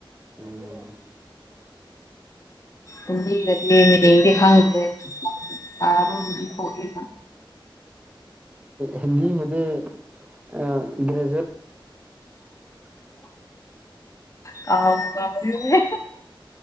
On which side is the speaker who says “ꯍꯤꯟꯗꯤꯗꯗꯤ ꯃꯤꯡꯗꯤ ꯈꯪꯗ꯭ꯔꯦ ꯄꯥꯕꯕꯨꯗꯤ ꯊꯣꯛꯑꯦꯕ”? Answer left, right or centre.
Left